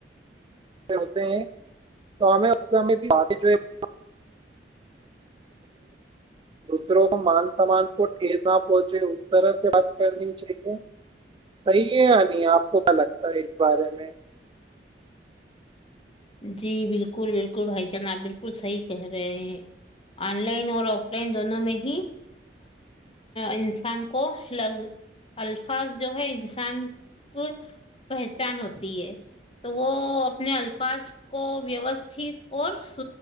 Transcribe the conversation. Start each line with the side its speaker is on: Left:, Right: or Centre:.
Right: ہوتے ہیں تو ہمیں افس آگ جو <unintelligible> دوسروں کو مان سمان کو ٹھز نہ پہنچے اس طرح سے بات کرنی چاہیے صحیح ہے یا نہیں آپ کو کیا لگتا ہے اس بارے میں <unintelligible> <inaudible>
Left: جی بالکل بالکل بھائی جان آپ بالکل صحیح کہہ رہے ہیں آن لائن اور آف لائن دونوں میں ہی انسان کو لظ الفاظ جو ہے انسان کو پہچان ہوتی ہے تو وہ اپنے الفاظ کو ویوستھت اور س